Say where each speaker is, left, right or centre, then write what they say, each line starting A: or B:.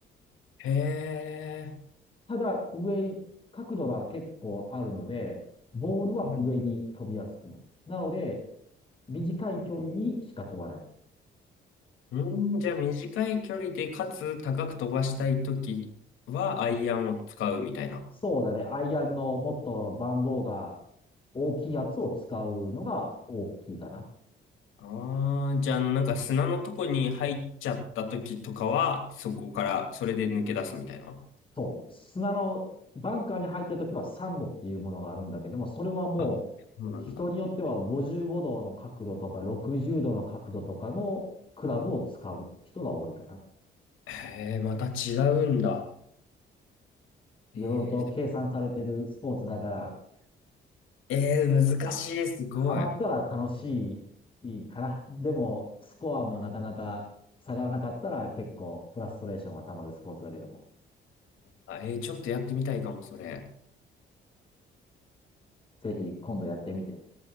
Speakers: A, on the left; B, on the left.
A: へえ、
B: ただ上、角度が結構あるので、ボールは上に飛びやすくなる。
A: うん。
B: なので、短い距離にしか飛ばない。
A: うん、じゃあ短い距離で、かつ高く飛ばしたいときは、アイアンを使うみたいな。
B: そうだね。アイアンのもっと番号が大きいやつを使うのが大きいかな。
A: ああ、じゃあ、あの、なんか砂のとこに入っちゃった時とかは、そこから、それで抜け出すみたいな。
B: そう。砂のバンカーに入った時はサンドっていうものがあるんだけども、それはもう人によっては55度の角度とか60度の角度とかのクラブを使う人が多いかな。
A: あ、そうなんだ。へえ、また違うんだ。
B: いろいろと計算されてるスポーツだから、
A: えー、えー、
B: は、
A: 難しい、すごい。
B: はまったら楽しいかな。でも、スコアもなかなか下がらなかったら結構フラストレーションが溜まるスポーツだけども。
A: うんあ、えー、ちょっとやってみたいかも、それ。
B: ぜひ今度やってみて。